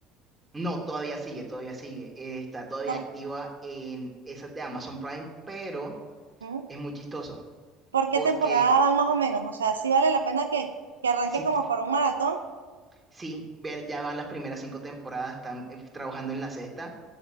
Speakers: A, on the right (about 15°); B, on the right (about 85°).
A: No, todavía sigue, todavía sigue, eh, está todavía
B: Por...
A: activa en esas de Amazon Prime, pero
B: ¿Mm?
A: es muy chistoso
B: ¿Por
A: porque...
B: qué temporada van más o menos? O sea, sí vale la pena que, que arranque
A: Sí,
B: como para un maratón?
A: sí, ver, ya van las primeras cinco temporadas, están eh, trabajando en la sexta